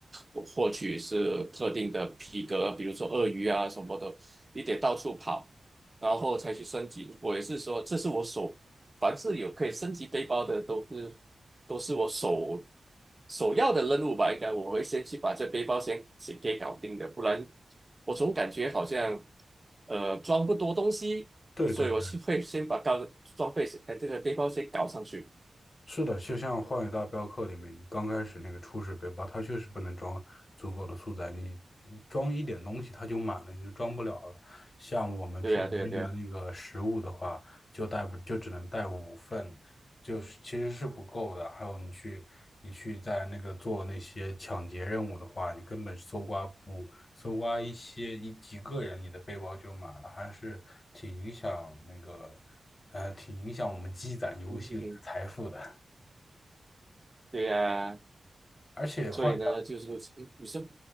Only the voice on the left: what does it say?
对对对，
是的，就像《荒野大镖客》里面，你刚开始那个初始背包，它确实不能装足够的素材，你装一点东西它就满了，你就装不了了。像我们平常用的那个食物的话，
就带不就只能带五份，就是其实是不够的。还有你去你去在那个做那些抢劫任务的话，你根本搜刮不搜刮一些一几个人，你的背包就满了，还是挺影响那个呃，挺影响我们积攒游戏里的财富的。
而且《荒野大》